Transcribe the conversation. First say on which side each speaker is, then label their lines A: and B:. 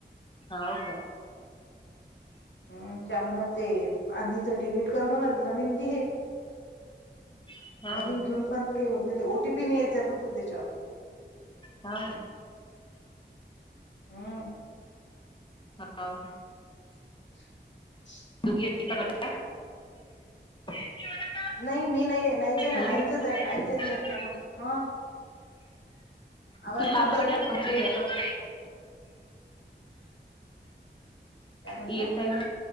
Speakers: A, on the left; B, on the left.
A: हा ओके
B: हम् त्या म्हणत ते आधीच डिलीट कर म्हणत नवीन घे.
A: हा
B: नवीन घेऊन पण काही होत नाही ते ओटीपी नाही येत जा फक्त त्याच्यावर
A: हा
B: हम्म
A: हा
B: <unintelligible>
A: <unintelligible> कि मला
B: नाही मी नाही नाहीच आहे
A: हॅलो
B: ना आईचंच आहे आईच नाही येत एकट्या फक्त हा आवाज
A: ति साब
B: नाही येत आहे
A: कटा
B: का
A: पोहचेे <unintelligible>
B: काय म्हटलं
A: येतय ना